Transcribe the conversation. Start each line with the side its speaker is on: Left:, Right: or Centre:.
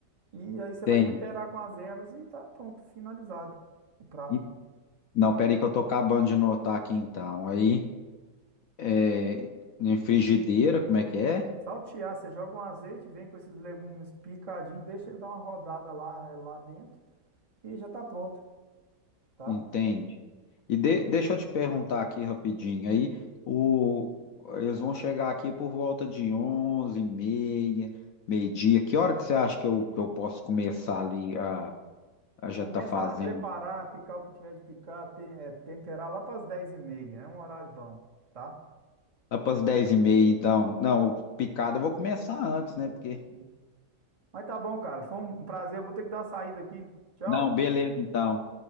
Right: E aí você
Left: Tem.
Right: vai temperar com as ervas e tá pronto, finalizado o prato.
Left: E- Não, peraí que eu tô acabando de anotar aqui então. Aí, é, em frigideira, como é que é?
Right: Saltear, você joga um azeite, vem com esses legumes picadinhos, deixa ele dar uma rodada lá, é, lá dentro e já tá pronto, tá?
Left: Entende? E de- deixa eu te perguntar aqui rapidinho. Aí, o, eles vão chegar aqui por volta de onze e meia, meio-dia. Que hora que você acha que eu, que eu posso começar ali a, a já
Right: Começa
Left: tá fazendo?
Right: a preparar, picar o que tiver de picar, te- é, temperar lá para as dez e meia. É um horário bom, tá?
Left: Lá para as 10h30, então.
Right: Isso,
Left: Não, o picado
Right: é,
Left: eu vou começar antes, né?
Right: isso,
Left: Porque.
Right: isso. Mas tá bom, cara. Foi um prazer. Eu vou ter que dar uma saída aqui. Tchau.
Left: Não, beleza, então.